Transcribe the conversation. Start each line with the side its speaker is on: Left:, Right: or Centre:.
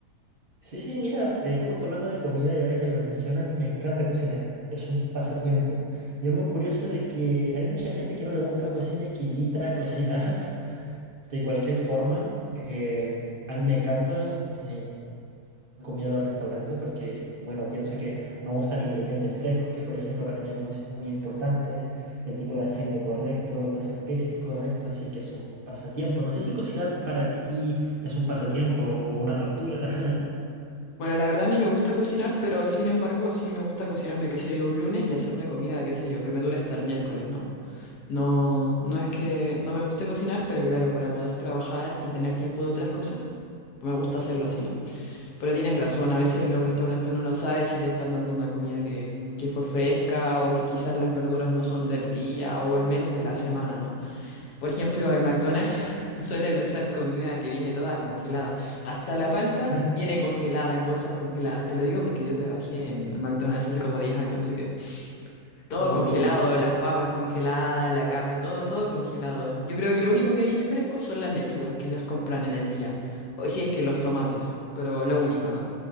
Right: Sí, sí, mira, eh, justo hablando de comida y ahora que lo mencionas, me encanta cocinar. Es un pasatiempo. Y es muy curioso de que hay mucha gente que no le gusta la cocina y que evita cocinar <laughs> de cualquier forma. Em, a mí me encanta. eh, comido en los restaurantes porque, bueno, pienso que no usan ingredientes frescos, que por ejemplo para mí es muy, muy importante, el tipo de aceite correcto, las especies correctas, así que es un pasatiempo. No sé si cocinar para ti es un pasatiempo o una tortura.
Left: Bueno, la verdad a mí me gusta cocinar, pero sin embargo sí me gusta cocinarme, qué sé yo, un lunes y hacerme comida, qué sé yo, que me dure hasta el miércoles, ¿no? No, no es que no me guste cocinar, pero claro, para poder trabajar y tener tiempo de otras cosas, Me gusta hacerlo así, ¿no? Pero tienes razón, a veces los restaurantes uno no sabe si te están dando una comida que, que fue fresca o que quizás las verduras no son del día o al menos de la semana, ¿no? Por ejemplo, en McDonald's <laughs> suelen usar comida que viene toda congelada. Hasta la palta
Right: <laughs>
Left: viene congelada en bolsas congeladas. Te lo digo porque yo trabajé en McDonald's hace como 10 años, así que todo
Right: Uy,
Left: congelado, las papas congeladas, la carne, todo, todo congelado. Yo creo que lo único que viene fresco son las lechugas que las compran en el día. O si es que los tomates, pero lo único, ¿no?